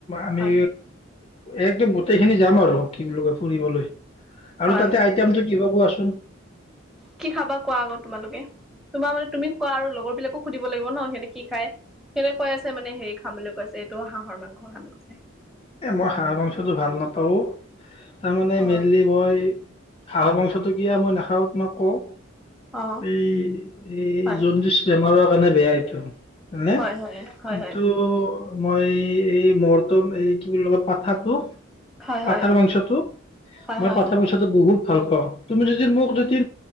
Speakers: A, on the left; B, in the centre.
A: আমি
B: হয়
A: একদম গোটেইখিনি যাম আৰু কি বুলি কয় ফুৰিবলৈ আৰু
B: হয়
A: তাতে
B: হয়
A: আইটেমতটো কিবা কোৱাচো উম
B: কি খাবা কোৱা আকৌ তোমালোকে তোমাৰ মানে তুমি খোৱা আৰু লগৰ বিলাকো সুধিব লাগিব ন সিহঁতে কি খাই। সেনে কৈ আছে মানে হেৰি খাম বুলি কৈছে ত হাঁহৰ মাংস খাম কৈছে
A: এ মই হাঁহ মাংসটো ভাল নাপাও তাৰমানে
B: অ
A: মেলি হয়ই হাঁহৰ মাংসটো কিয়া মই নাখাওঁ তোমাক কওঁ
B: অ
A: এই এই
B: হয়
A: জণ্ডিছ বেমাৰৰ মানে বেয়া এইটো নে'
B: হয় হয় হয়
A: কিন্তু
B: হয়
A: মই এই ম ম এই কি বুলি লগা পাঠাটো
B: হয় হয়
A: পাথাৰ মাংসটো
B: হয়
A: মই
B: হয়
A: পাথাৰ মাংসটো বহুত ভাল পাওঁ তুমি যদি মোক যদি